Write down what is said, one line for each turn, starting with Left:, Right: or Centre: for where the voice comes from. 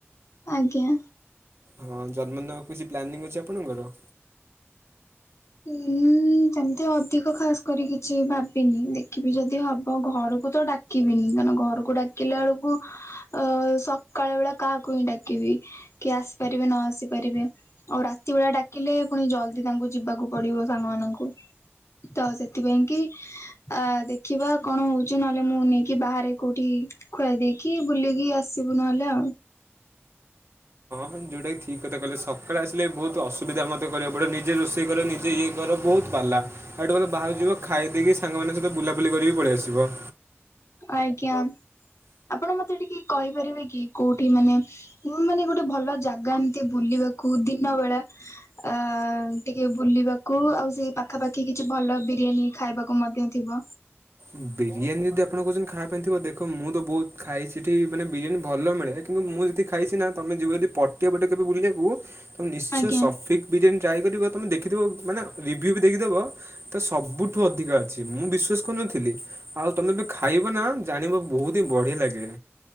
Left: ଆଜ୍ଞା।
Right: ହଁ ଜନ୍ମଦିନ ଆଉ କିଛି ପ୍ଲାନିଂ ଅଛି ଆପଣଙ୍କର?
Left: ଉଁ ହୁଁ। ଉଁ ଯେମତି ଅଧିକ ଖାସ୍ କରି କିଛି ଭାବିନି ଦେଖିବି ଯଦି ହବ ଘରକୁ ତ ଡା କିବିନି ତା ନ ଘରୁକୁ ଡାକିଲା ଅଳୁକୁ ଅ ସକାଳ ବେଳା କାହାକୁ ହିଁ ଡାକିବି? କିଏ ଆସି ପାରିବେ ନ ଆସି ପାରିବେ ଆଉ ରାତି ବେଳା ଡାକିଲେ ପୁଣି ଜଲ୍ଦି ତାଙ୍କୁ ଯିବାକୁ ପଡ଼ିବ ସାଙ୍ଗମାନଙ୍କୁ ତ ସେଥିପାଇଁ କି ତା ଦେଖିବା କଣ ହଉଚି ନହେଲେ ମୁଁ ନେଇକି ବାହାରେ କୋଉଠି ଖୁଆଇ ଦେଇକି ବୁଲିକି ଆସିବୁ ନହେଲେ ଆ।
Right: ହଁ ଯୋଉଟା କି ଠିକ୍ କଥା କଇଲେ ସକାଳେ ଆସିଲେ ବୋହୁତୁ ଅସୁବିଧା ମତେ କରିବାଉ ପଡ଼ିଅ ନିଜେ ରୋଷେଇ କର ନି ଯେ ଇଏ କର ବୋହୁତ ପାଲା ଆଠୁ ଭଲ ବାହାରୁ ଯିବ ଖାଇ ଦେଇକି ସାଙ୍ଗମାନଙ୍କ ସହିତ ବୁଲାବୁଲି କରିକି ପଳିଆସିବ।
Left: ଆଜ୍ଞା ଆପଣ ମତେ ଟିକେ କହିପାରିବେ କି କୋଉଠି ମାନେ ମୁଁ ମାନେ ଗୋଟେ ଭଲ ଜାଗା ଏମତି ବୁଲିବାକୁ ଦିନ ବେଳା ଅ ଟିକେ ବୁଲିବାକୁ ଆଉ ସେଇ ପାଖାପାଖି କିଛି ଭଲ ବିରିୟାନୀ ଖାଇବାକୁ ମଧ୍ୟ ଥିବ।
Right: ଉଁ ବିରିୟାନୀ ଯଦି ଆପଣ କୋହୁଚନ୍ତି ଖାଇବା ପାଇଁ ଥିବ ଦେଖ ମୁଁ ତ ବୋହୁତ ଖାଇ ସେଠି ମାନେ ବିରିୟାନୀ ଭଲ ମିଳେ। କିନ୍ତୁ ମୁଁ ଯେତି ଖାଇଛି ନାଁ ତମେ ଯିବ ଯଦି ପଟିିଆ ପଟେ କେବେ ବୁଲିଆକୁ ତମେ ନିଶ୍ଚୟ
Left: ଆଜ୍ଞା
Right: ସଫିକ୍ ବିରିୟାନୀ ଟ୍ରାଏ କରିବ ତମେ ଦେଖିଦବ ମାନେ ରିଭ୍ୟୁ ବି ଦେଖିଦବ ତ ସବୁଠୁ ଅଧିକା ଅଛି ମୁଁ ବିଶ୍ବାସ କରୁନଥିଲି। ଆଉ ତମେ ବି ଖାଇବ ନାଁ ଜାଣିବା ବୋହୁତି ବଢ଼ିଆ ଲାଗେ।